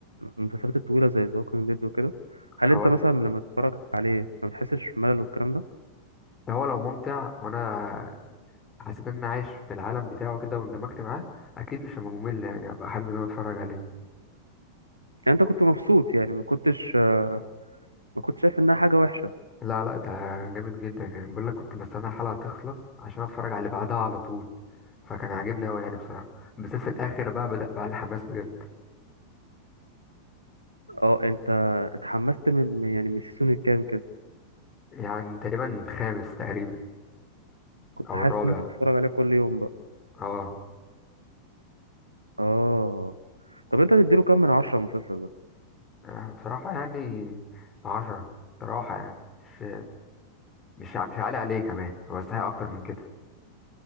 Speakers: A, on the right; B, on the left.
A: المسلسلات الطويله زي ذا ووكينج ديد وكده هل
B: اول
A: انت مثلا لما تتفرج عليه ما بتحسش بملل والكلام ده
B: هو لو ممتع وانا حسيت ان انا عايش في العالم بتاعه كده واندمجت معاه اكيد مش هبقى ممل يعني ابقى حابب ان انا اتفرج عليه
A: يعني انت كنت مبسوط يعني ما كنتش آه، ما كنتش شايف انها حاجه وحشه
B: لا لا ده جامد جدا يعني بقول لك كنت بستنى الحلقه تخلص عشان اتفرج على اللي بعدها على طول فكان عاجبني قوي يعني بصراحه بالذات في الاخر بقى بدأ بقى الحماس بجد
A: اه انت اتحمست من يعني من السيزون الكام كده
B: يعني تقريبا خامس تقريبا
A: كنت
B: او
A: حاسس
B: الرابع
A: ان انت بتتفرج عليه كل يوم بقى
B: اه
A: اه طب انت تديله كام من عشرة المسلسل ده
B: آه، بصراحه يعني عشرة بصراحه يعني مش مش ع- مش عالي عليه كمان هو يستحق اكتر من كده